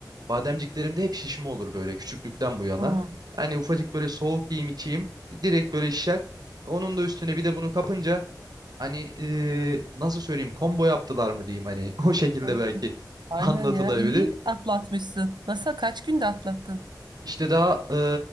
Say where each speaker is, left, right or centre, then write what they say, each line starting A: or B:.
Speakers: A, on the right; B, on the right.
A: bademciklerimde hep şişme olur böyle küçüklükten bu yana.
B: Hmm.
A: Hani ufacık böyle soğuk yiyeyim içeyim direkt böyle şişer. Onun da üstüne bir de bunu kapınca hani e, nasıl söyleyeyim combo yaptılar mı diyeyim hani <laughs> o şekilde
B: Ay,
A: belki
B: Aynen
A: anlatılabilir.
B: ya. İyi atlatmışsın. Nasıl? Kaç günde atlattın?
A: İşte daha eee,